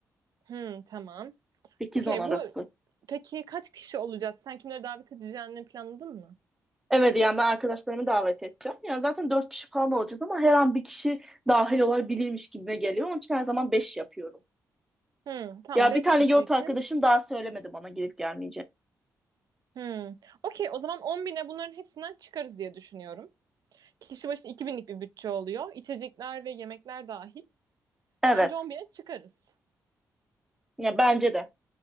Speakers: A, on the right; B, in the centre.
A: Hmm, tamam.
B: sekiz
A: Okey
B: 10 arası.
A: bu peki kaç kişi olacağız? Sen kimleri davet edeceğini planladın mı?
B: Evet yani ben arkadaşlarımı davet edeceğim. Yani zaten 4 kişi falan olacağız ama her an bir kişi dahil olabilirmiş gibime geliyor. Onun için her zaman 5 yapıyorum.
A: Hmm, tamam
B: Ya
A: 5
B: bir tane
A: kişi
B: yurt
A: için.
B: arkadaşım daha söylemedi bana gelip gelmeyeceğini.
A: Hmm. Okey o zaman 10 bine bunların hepsinden çıkarız diye düşünüyorum. Kişi başı 2 binlik bir bütçe oluyor. İçecekler ve yemekler dahil.
B: Evet.
A: Bence 10 bine çıkarız.
B: Ya bence de.